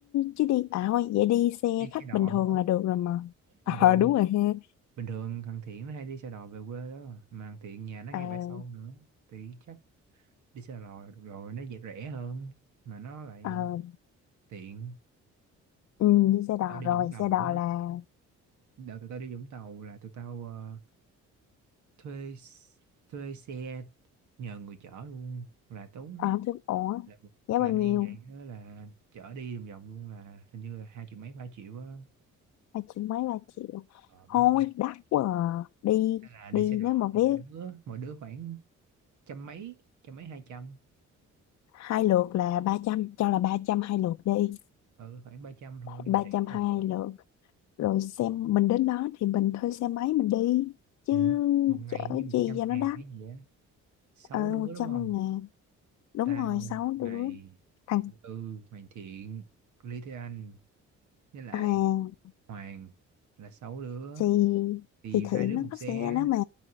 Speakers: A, on the left; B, on the right.
A: chứ đi à thôi vậy đi xe
B: đi
A: khách
B: xe đò
A: bình thường
B: thôi
A: là được rồi mà <laughs>
B: bình
A: ờ
B: thường
A: đúng rồi ha
B: bình thường thằng Thiện nó hay đi xe đò về quê đó mà Mà thằng Thiện nhà nó
A: à,
B: ngay bãi sau nữa thì chắc đi xe đò rồi nó dễ rẻ hơn mà nó lại
A: à,
B: tiện
A: ừ, đi xe đò
B: tao đi
A: rồi
B: Vũng Tàu
A: xe đò
B: á
A: là
B: đợt tụi tao đi Vũng Tàu là tụi tao ờ, thuê s- thuê xe nhờ người chở luôn là tốn
A: à thứ ủa
B: là
A: giá
B: là
A: bao nhiêu
B: đi vậy đó là chở đi vòng vòng luôn là hình như là hai triệu mấy ba triệu á
A: ba triệu mấy ba triệu
B: ờ mắc
A: thôi đắt quá à. đi
B: Nên là đi
A: đi
B: xe đò
A: nếu mà
B: thì
A: vé
B: mỗi đứa mỗi đứa khoảng trăm mấy trăm mấy hai trăm
A: hai lượt là ba trăm cho là 300 hai lượt đi
B: ừ khoảng ba trăm thôi
A: ba
B: là rẻ
A: trăm hai
B: rồi
A: lượt rồi xem mình đến đó thì mình thuê xe máy mình đi chứ
B: ừ. một ngày
A: chở
B: như một
A: chi
B: trăm
A: cho nó
B: ngàn
A: đắt
B: cái gì á sáu
A: ờ
B: đứa
A: một
B: đúng
A: trăm
B: không
A: ngàn đúng
B: tao
A: rồi sáu
B: mày
A: đứa thằng
B: Tư mày Thiện Lý Thế Anh với lại
A: à,
B: Hoàng là sáu đứa
A: thì
B: thì
A: thì
B: hai
A: Thiện
B: đứa
A: nó
B: một
A: có
B: xe
A: xe đó mà